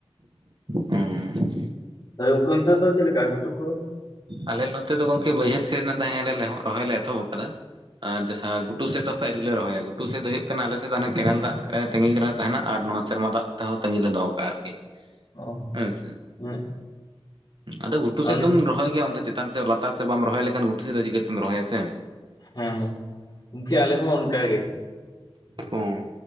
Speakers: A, on the right; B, on the left.
A: ᱦᱮᱸ
B: ᱟᱫᱚ ᱜᱚᱢᱠᱮ ᱚᱱᱛᱮ ᱫᱚ ᱪᱮᱫ ᱞᱮᱠᱟ ᱜᱷᱩᱴᱩᱠᱚ-
A: ᱟᱞᱮ ᱱᱚᱛᱮ ᱫᱚ ᱜᱚᱝᱠᱮ ᱵᱟᱹᱭᱦᱟᱹᱲ ᱥᱮᱫ <unintelligible> ᱨᱚᱦᱚᱭ ᱞᱮ ᱮᱛᱚᱦᱚᱵ ᱟᱠᱟᱫᱟ ᱟᱨ ᱡᱟᱦᱟᱸ ᱜᱷᱩᱴᱩ ᱥᱮᱫ ᱫᱚ ᱟᱹᱨᱤᱞᱮ ᱨᱚᱦᱚᱭᱟ ᱜᱷᱩᱴᱩ ᱥᱮᱫ ᱫᱚ ᱦᱩᱭᱩᱜ ᱠᱟᱱᱟ ᱟᱞᱮ ᱥᱮᱫ ᱫᱚ ᱦᱟᱱᱮ ᱠᱮᱱᱮᱞ ᱫᱟᱜ ᱨᱮ ᱛᱟᱸᱜᱤ <unintelligible> ᱛᱟᱦᱮᱱᱟ ᱟᱨ ᱱᱚᱣᱟ ᱥᱮᱨᱢᱟ ᱫᱟᱜ ᱛᱟᱣ ᱛᱟᱺᱜᱤ ᱞᱟᱜᱟᱣ ᱠᱟᱜᱼᱟ ᱟᱨᱠᱤ᱾
B: ᱚ
A: ᱟᱪᱪᱷᱟ
B: ᱦᱮᱸ
A: ᱟᱫᱚ ᱜᱷᱩᱴᱩ
B: ᱟᱞᱮ
A: ᱥᱮᱫ ᱫᱚᱢ ᱨᱚᱦᱚᱭ ᱜᱮᱭᱟ ᱚᱱᱛᱮ ᱪᱮᱛᱟᱱ ᱥᱮᱫ ᱞᱟᱛᱟᱨ ᱥᱮᱫ ᱵᱟᱢ ᱨᱚᱦᱚᱭ ᱞᱮᱠᱷᱟᱱ ᱜᱷᱩᱴᱩ ᱥᱮᱫ ᱫᱚ ᱪᱤᱠᱟᱹᱛᱮᱢ ᱨᱚᱦᱚᱭᱟ ᱥᱮ?
B: ᱦᱮᱸ ᱦᱮᱸ ᱜᱚᱢᱠᱮ ᱟᱞᱮ ᱦᱚᱸ ᱚᱱᱠᱟ ᱜᱮ
A: ᱦᱚᱸ